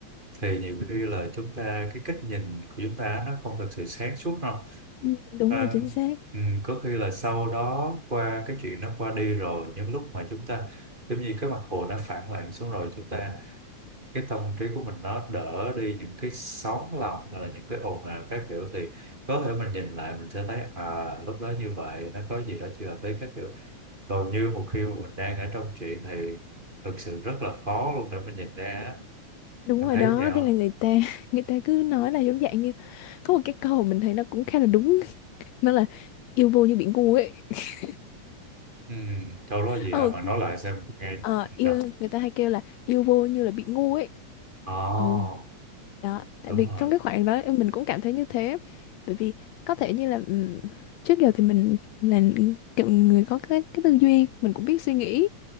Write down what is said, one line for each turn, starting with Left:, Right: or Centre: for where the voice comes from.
Right: thì nhiều khi là chúng ta cái cách nhìn của chúng ta á, nó không thật sự sáng suốt đâu
Left: Ừ, đúng
Right: Nên,
Left: rồi chính xác
Right: ừ, có khi là sau đó qua cái chuyện nó qua đi rồi những lúc mà chúng ta giống như cái mặt hồ nó phẳng lặng xuống rồi chúng ta cái tâm trí của mình nó đỡ đi những cái sóng lòng hoặc là những cái ồn ào các kiểu thì có thể mình nhìn lại mình sẽ thấy à lúc đó như vậy nó có gì đó chưa hợp lý các kiểu còn như một khi mà mình đang ở trong chuyện thì thực sự rất là khó luôn để mình nhìn ra á.
Left: Đúng
Right: bạn
Left: rồi
Right: thấy
Left: đó,
Right: vậy không
Left: thế là người ta <laughs> người ta cứ nói là giống dạng như có một cái câu mình thấy nó cũng khá là đúng, <laughs> nó là yêu vô như bị ngu ấy. <laughs>
Right: ừ, câu đó gì
Left: Ờ,
Right: hả bạn nói lại xem nghe
Left: ờ, yêu
Right: đọc
Left: người ta hay kêu là yêu vô như là bị ngu ấy.
Right: ồ
Left: Ồ, đó, tại
Right: đúng
Left: vì
Right: rồi
Left: trong cái khoảng đó em- mình cũng cảm thấy như thế. Bởi vì có thể như là ừm, trước giờ thì mình là kiểu người có cái cái tư duy, mình cũng biết suy nghĩ.